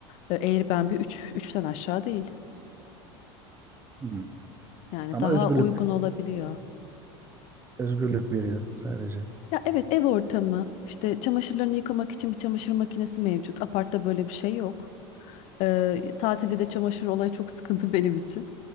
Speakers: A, on the left; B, on the right.
A: E, Airbnb üç üçten aşağı değil.
B: Hmm.
A: Yani
B: Ama
A: daha
B: özgürlük
A: uygun olabiliyor.
B: özgürlük veriyor sadece.
A: Ya evet ev ortamı işte çamaşırlarını yıkamak için bir çamaşır makinesi mevcut. Apartta böyle bir şey yok. Ee, tatilde de çamaşır olayı çok sıkıntı <laughs> benim için.